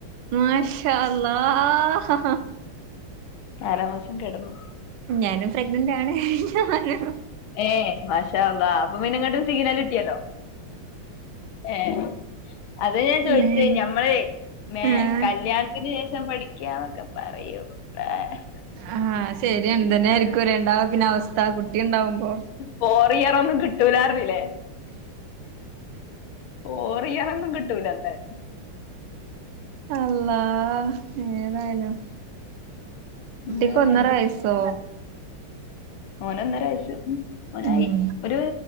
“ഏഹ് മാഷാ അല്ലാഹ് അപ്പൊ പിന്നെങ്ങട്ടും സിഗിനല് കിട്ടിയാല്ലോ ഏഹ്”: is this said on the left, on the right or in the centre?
Left